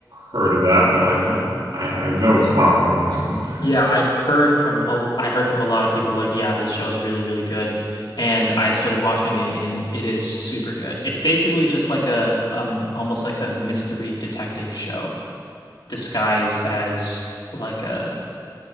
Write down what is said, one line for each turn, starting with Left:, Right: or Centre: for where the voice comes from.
Right: heard of that, but I've not I I know it's a popular one. <laughs>
Left: Yeah, I've heard from a, I heard from a lot of people like, yeah, this show is really, really good. And I started watching it and it is super good. It's basically just like a um almost like a mystery detective show disguised as like a